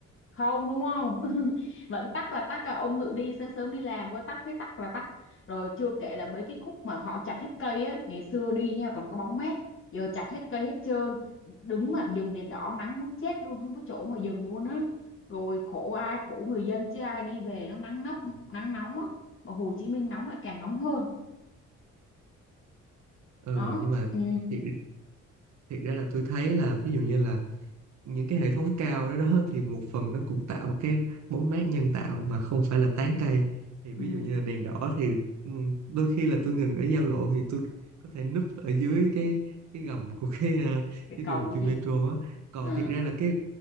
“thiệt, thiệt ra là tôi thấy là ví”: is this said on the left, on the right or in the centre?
Right